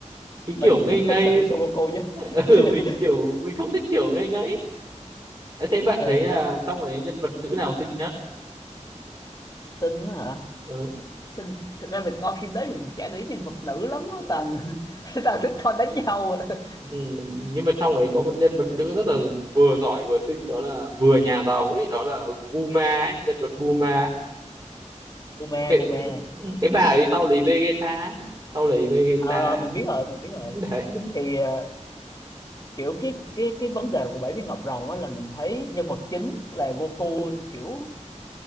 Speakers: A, on the right; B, on the left.
A: cái kiểu
B: mình
A: ngây
B: ít
A: ngây
B: thích Son
A: ấy,
B: Goku nhất
A: <laughs>
B: <laughs>
A: ừ, mình kiểu mình không thích kiểu ngây ngây Thế thế bạn
B: ừ
A: thấy là trong ấy nhân vật nữ nào xinh nhất?
B: xinh hả
A: Ừ.
B: Xin, thực ra mình coi phim đấy mình cũng chả để ý nhân vật nữ lắm
A: Ờ,
B: á Tần <laughs> Tần thích coi đánh nhau à.
A: ừ, Nhưng mà trong ấy có một nhân vật nữ rất là vừa giỏi vừa xinh đó là vừa nhà giàu ấy, đó là Bulma ấy, nhân vật Bulma.
B: Bume
A: Cái
B: Bume
A: cái bà ấy sau lấy Vegeta ấy, sau lấy Vegeta.
B: ờ mình biết rồi
A: <laughs>
B: mình biết rồi
A: Đấy.
B: thì ờ, kiểu cái cái cái vấn đề của Bảy Viên Ngọc Rồng á là mình thấy nhân vật chính là Goku kiểu